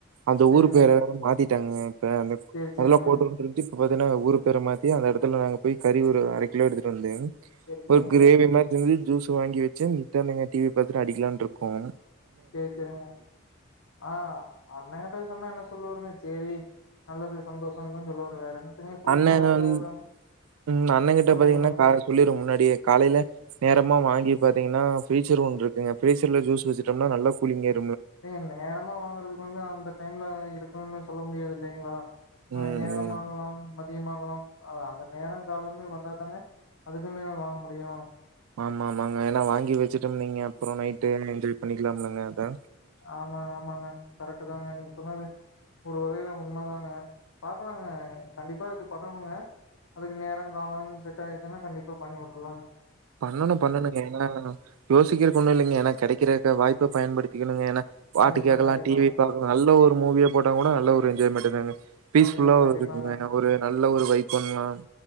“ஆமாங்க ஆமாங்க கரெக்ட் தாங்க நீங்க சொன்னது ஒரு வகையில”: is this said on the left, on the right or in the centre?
Left